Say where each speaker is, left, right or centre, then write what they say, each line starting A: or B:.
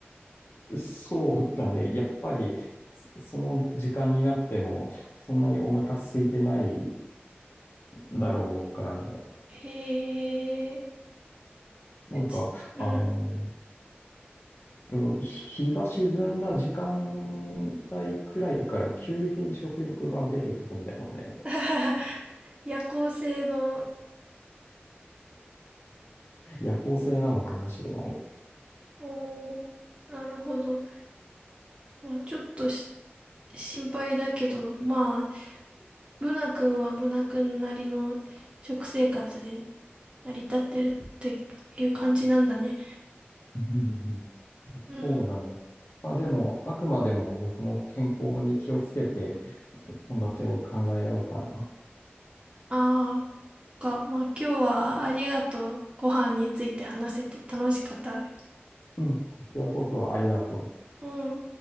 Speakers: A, on the left; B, on the right.
A: う。そうだね。やっぱりそその時間になってもそんなにお腹空いてないだろうからね。
B: へえ、
A: なんか、
B: ち、うん。
A: あのうん日が沈んだ時間帯くらいから急激に食欲が出てくるんだよね。
B: <laughs> 夜行性の、
A: 夜行性なのかもしれない。うん
B: おー、なるほど。まあ、ちょっとし、心配だけど、まあ、ブナ君はブナ君なりの食生活で成り立ってるっていう感じなんだね。
A: うんうん
B: うん。
A: そうだね。まあでも、あくまでも僕も健康に気をつけて、献立を考えようかな。
B: ああ、か、まあ今日はありがとう。ご飯について話せて楽しかったよ。
A: うん。こちらこそありがとう。
B: うん。